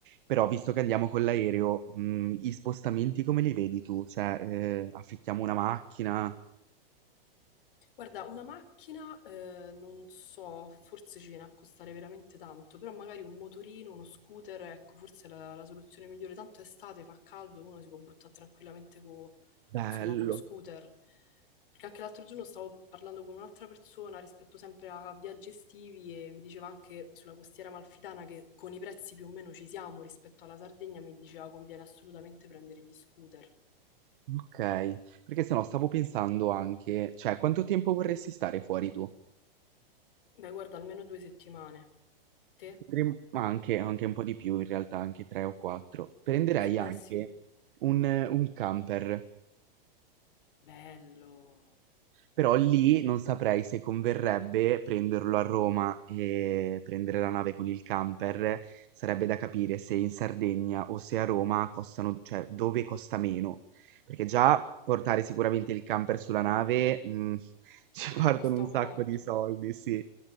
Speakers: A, on the right; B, on the left.
A: però visto che andiamo con l'aereo, mhmm, gli spostamenti come li vedi tu? Cioè, ehm, affittiamo una macchina?
B: Guarda, una macchina, eh, non so, forse ci viene a costare veramente tanto, però magari un motorino, uno scooter, ecco, forse è la, la soluzione migliore. Tanto è estate, fa caldo, uno si può buttare tranquillamente co-
A: Bello,
B: insomma, con lo scooter. Perché anche l'altro giorno stavo parlando con un'altra persona rispetto sempre a viaggi estivi e mi diceva anche sulla costiera amalfitana che con i prezzi più o meno ci siamo rispetto alla Sardegna, mi diceva conviene assolutamente prendere gli scooter.
A: okay. Perché se no stavo pensando anche cioè quanto tempo vorresti stare fuori tu?
B: Beh, guarda, almeno due settimane. Te?
A: Potrem ma anche anche un po' di più in realtà, anche 3 o 4. Prenderei
B: Eh
A: anche
B: beh, sì.
A: un un camper.
B: Bello.
A: Però lì non saprei se converrebbe prenderlo a Roma e prendere la nave con il camper. Sarebbe da capire se in Sardegna o se a Roma costano, cioè dove costa meno. Perché già portare sicuramente il camper sulla nave, mm, <laughs> ci partono
B: Costa
A: un
B: un
A: sacco
B: botto.
A: di soldi, sì.